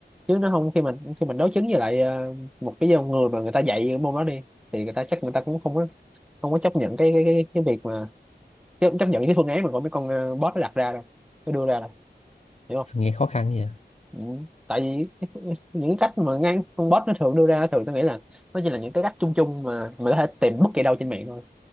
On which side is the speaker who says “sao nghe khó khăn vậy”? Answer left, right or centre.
Left